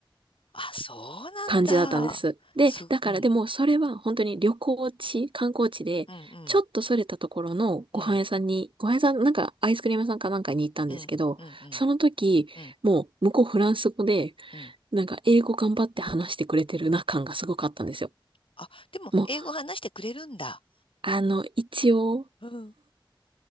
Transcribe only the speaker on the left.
あ、そうなんだ。
す、
うん、
うん、うん、
うん、
うん、うん、うん、
うん。
うん
あ、でも、
英語話してくれるんだ。
うん、